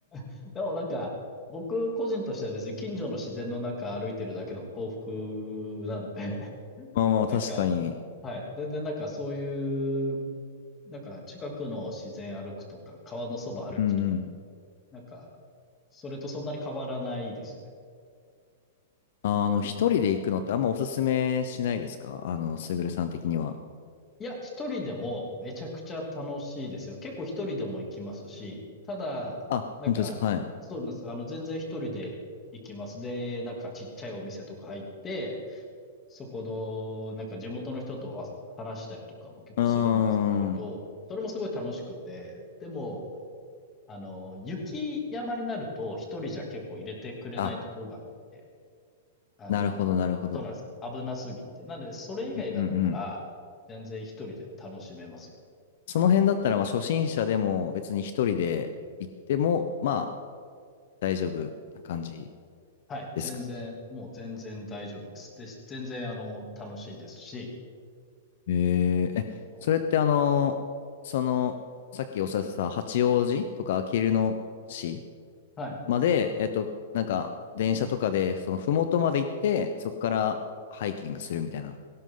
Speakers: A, on the left; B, on the left.
A: <laughs> でもなんか、僕個人としては別に近所の自然の中歩いてるだけの幸福なんで、<laughs>
B: まあまあ、
A: なんか、
B: 確かに。
A: はい。全然なんかそういう、なんか近くの自然歩くとか、川のそば歩くとか、
B: うんうん。
A: なんか、それとそんなに変わらないですね。
B: あの、一人で行くのってあんまおすすめしないですかあの、
A: うん。
B: すぐるさん的には。
A: いや、一人でもめちゃくちゃ楽しいですよ。結構一人でも行きますし、ただ、
B: あ、
A: なんか、
B: 本当ですかはい。
A: そうなんです。あの、全然一人で行きます。で、なんかちっちゃいお店とか入って、そこの、なんか地元の人とは話したりとかも結構するんですけど、
B: うーん。
A: それもすごい楽しくて、でも、あの、雪山になると一人じゃ結構入れてくれないとこがあって、
B: あ、
A: あの、
B: なるほど、なるほど。
A: そうなんです。危なすぎて。なので、それ以外だったら、
B: うんうんうん。
A: 全然一人で楽しめますよ。
B: その辺だったら、まあ、初心者でも別に一人で行っても、まあ、大丈夫な感じ
A: はい。
B: ですか
A: 全然、もう全然大丈夫です。で、全然、あの、楽しいですし、
B: えー、え、
A: そ
B: それってあの、その、さっきおっしゃってた八王子とかあきる野市
A: うはい。
B: まで、えっと、なんか、電車とかで、その、麓まで行って、そこからハイキングするみたいな